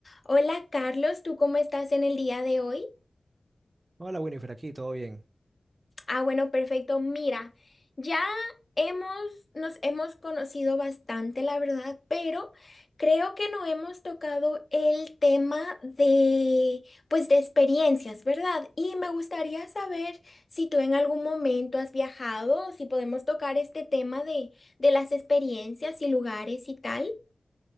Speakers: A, on the left (about 40°); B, on the right (about 50°).
A: Hola Carlos, ¿tú cómo estás en el día de hoy?
B: Hola Winifred, aquí todo bien.
A: Ah, bueno, perfecto. Mira, ya hemos, nos hemos conocido bastante, la verdad, pero creo que no hemos tocado el tema de, pues, de experiencias, ¿verdad? Y me gustaría saber si tú en algún momento has viajado, si podemos tocar este tema de, de las experiencias y lugares y tal.